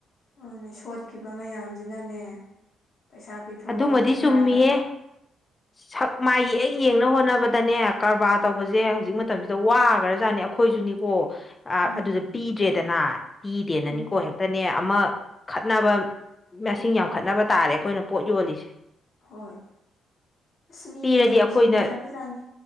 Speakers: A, on the left; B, on the left.
A: ꯑꯣꯅꯦ ꯁꯣꯠꯈꯤꯕ ꯃꯌꯥꯝꯁꯤꯅꯅꯦ ꯄꯩꯁꯥ ꯄꯤꯊꯣꯛꯑꯣ
B: ꯑꯗꯨꯃꯗꯤ
A: ꯑꯝꯇ
B: ꯆꯨꯝꯃꯤꯌꯦ
A: ꯌꯥꯗꯕ꯫
B: ꯁꯛ ꯃꯥꯥꯏꯒꯤ ꯍꯦꯛ ꯌꯦꯡꯅ ꯍꯣꯠꯅꯕꯗꯅꯦ ꯀꯔꯕꯥꯔ
A: ꯎꯝ
B: ꯇꯧꯕꯁꯦ ꯍꯧꯖꯤꯛ__ ꯃꯇꯝꯁꯤꯗ ꯋꯥꯈ꯭ꯔꯖꯥꯠꯅꯤ ꯑꯩꯈꯣꯏꯁꯨꯅꯤꯀꯣ
A: ꯎꯝ
B: ꯑꯗꯨꯗ ꯄꯤꯗ꯭ꯔꯦꯗꯅ__ ꯄꯤꯗꯦꯅꯅꯤꯀꯣ
A: ꯎꯝ
B: ꯍꯦꯛꯇꯅꯦ ꯑꯃ ꯈꯠꯅꯕ ꯃꯁꯤꯡ ꯌꯥꯝ ꯈꯠꯅꯕ ꯇꯥꯔꯦ ꯑꯩꯈꯣꯏꯅ꯫ ꯄꯣꯠ ꯌꯣꯜꯂꯤꯁꯦ꯫
A: ꯍꯣꯏ ꯑꯁ ꯃꯤꯅꯒ
B: ꯄꯤꯔꯗꯤ
A: ꯅꯨꯡꯁꯤꯈꯤꯗ꯭ꯔꯕ
B: ꯑꯩꯈꯣꯏꯅ
A: ꯖꯥꯠꯅꯦ꯫